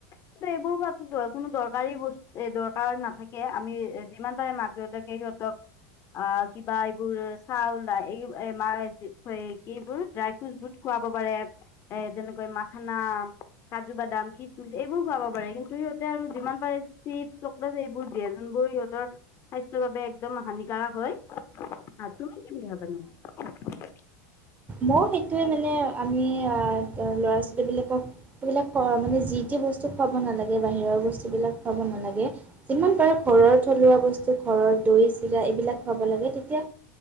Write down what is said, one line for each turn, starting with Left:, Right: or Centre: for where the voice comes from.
Left: কিন্তু এইবোৰ খোৱা কোনো দৰকাৰী বস্তু এ দৰকাৰ নাথাকে আমি যিমান পাৰে মাক দেউতাকে সিহঁতক অ, কিবা এইবোৰ চাউল <unintelligible> কি এইবোৰ ড্ৰাই ফ্ৰুট খুৱাব পাৰে, এ যেনেকৈ মাখানা, কাজু বাদাম। কিচমিচ এইবোৰ খোৱাব পাৰে, কিন্তু সিহঁতে আৰু যিমান পাৰে চিপছ চকলেট এইবোৰ দিয়ে যোনবোৰ সিহঁতৰ স্বাস্থ্যৰ বাবে একদম হানিকাৰক হয়, আহ তুমি কি <unintelligible>
Right: মই সেইটোৱে মানে আমি আহ ল'ৰা ছোৱালী বিলাকক সেবিলাক মানে যি টি বস্তু খোৱাব নালাগে বাহিৰৰ বস্তু বিলাক খাব নালাগে যিমান পাৰে ঘৰৰ থুৱা বস্তু ঘৰৰ দৈ চিৰা এইবিলাক খোৱাব লাগে। তেতিয়া